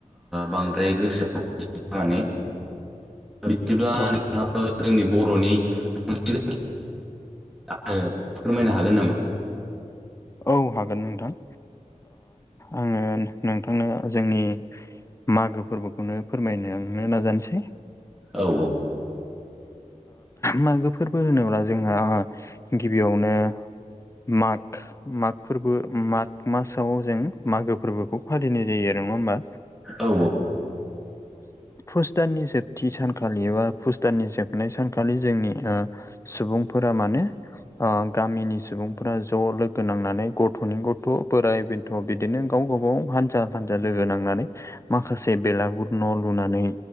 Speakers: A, in the centre; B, on the left.
A: बांद्राय गोसोआव माने बिदिब्ला
B: औ
A: नोंथांआबो जोंनि बर'नि मोनसे आङो फोरमायनो हागोन नामा?
B: औ हागोन नोंथां आङो नोंथांनो जोंनि मागो फोरबोखौनो फोरमायनो आंनो नाजानोसै।
A: औ औ
B: मागो फोरबो होनोब्ला जोंहा गिबियावनो माग माग फोरबो माग मासाव जों मागो फोरबोखौ फालिनाय जायो आरो नङा होमबा?
A: औ
B: फुस दाननि जोबथि सानखालि एबा भुटाननि जोबनाय सानखालि जोंनि सुबुंफोरा माने गामिनि सुबुंफोरा ज' लोगो नांनानै गथ'नि गथ' बोराइ बे अ बिदिनो गाव गाबागाव हानजा हानजा लोगो नांनानै माखासे बेलागुर न' लुनानै